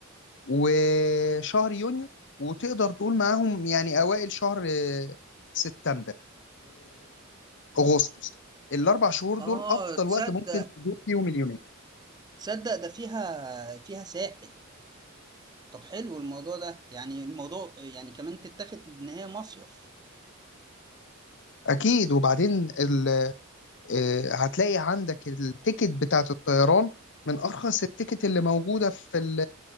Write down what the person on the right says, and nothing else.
اه
تصدق
تصدق ده فيها فيها ساحل طب حلو الموضوع ده يعني الموضوع يعني كمان تتاخد ان هي مصيف